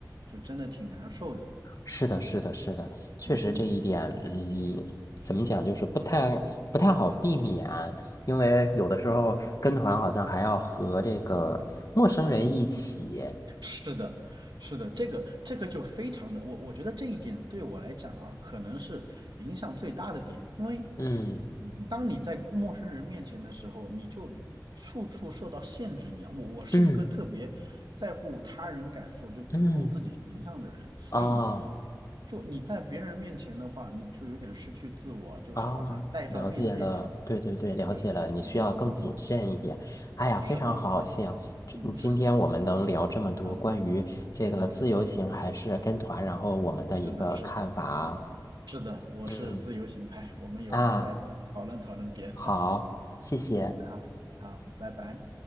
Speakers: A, on the right (about 85°); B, on the left (about 50°).
A: 就真的挺难受的。
B: 是的，是的，是的，确实这一点，
A: 嗯嗯。
B: 嗯，怎么讲，就是不太不太好避免，因为有的时候跟团好像还要和这个陌生人一起，
A: 是的，是的，这个这个就非常的，我我觉得这一点对我来讲啊，可能是影响最大的点，因为
B: 嗯
A: 当你在陌生人面前的时候，你就处处受到限制一样。我我是一个特别在乎他人感受，
B: 嗯
A: 就注重自己形象的人，
B: 嗯，
A: 所以
B: 啊
A: 就你在别人面前的话，你就有点失去自我，就好像戴上面具一样。
B: 啊，了解了，对对对，了解了，
A: 对，
B: 你需要更谨慎一点。
A: 嗯嗯嗯，
B: 哎呀，非常好笑，
A: 是的，是的，
B: 今今天我们能聊这么多关于这个自由行还是跟团，
A: 嗯 <laughs> 嗯，也行，
B: 然后我们的一个看法啊，
A: 是的，是的。是的，我是自由行派，
B: 嗯
A: 我们有空再讨论讨论别的。
B: 啊。好，谢谢。
A: 嗯，好，好，拜拜。